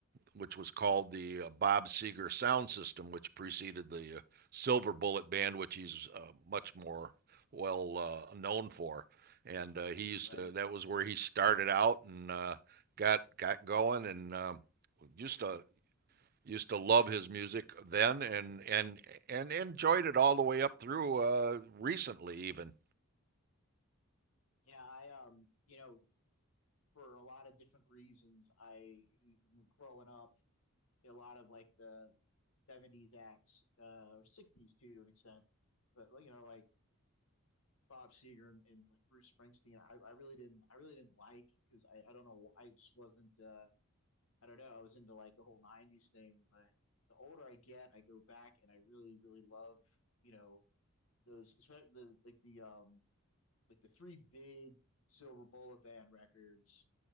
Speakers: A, on the right (about 45°); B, on the left (about 75°).
A: which was called the uh, Bob Seger sound system, which preceded the uh, Silver Bullet band, which he's uh, much more well uh, known for. And uh, he used
B: right?
A: to, that was where he started out and uh, got got going, and um, used to used to love his music then, and and and enjoyed it all the way up through uh, recently, even.
B: Yeah, I um, you know, for a lot of different reasons, I growing up. a lot of like the 70s acts uh, or 60s too to an extent. But like, you know, like Bob Seger and, and like Bruce Springsteen, I, I really didn't I really didn't like because I, I don't know I just wasn't uh, I don't know I was into like the whole 90s thing. But the older I get, I go back and I really really love you know those the like the um like the three big Silver Bullet Band records